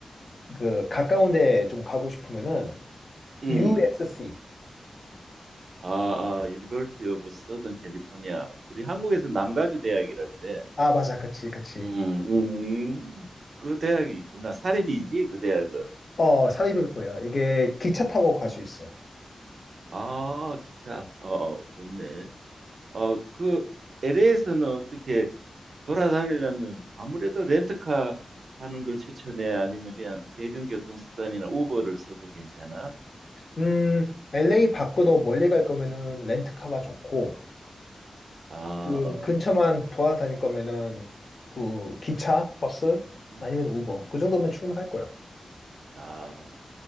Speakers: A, on the left (about 50°); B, on the right (about 75°).
A: 그 가까운 데 좀 가고 싶으면은
B: 음.
A: USC.
B: 아, 아, 유니버시티 오브 서던 캘리포니아. 우리 한국에서 남가주 대학이라 그래.
A: 아, 맞아. 그치, 그치.
B: 음, 음. 그 대학이 있구나. 사립이지, 그 대학은.
A: 어, 사립일 거야. 이게 기차 타고 갈 수 있어.
B: 아, 기차. 어, 어, 좋네. 어, 그 LA에서는 어떻게 돌아다니려면 아무래도 렌트카 하는 걸 추천해? 아니면 그냥 대중교통 수단이나 우버를 써도 괜찮아?
A: 음, LA 밖으로 멀리 갈 거면은 렌트카가 좋고,
B: 아,
A: 그
B: 어.
A: 근처만 돌아다닐 거면은 그 기차, 버스,
B: 음,
A: 아니면 우버.
B: 음.
A: 그 정도면 충분할 거야.
B: 아,